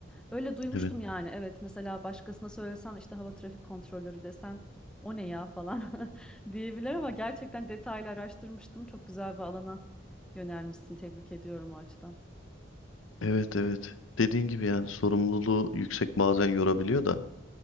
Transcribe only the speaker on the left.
Evet,
evet, evet. Dediğin gibi yani sorumluluğu yüksek bazen yorabiliyor da.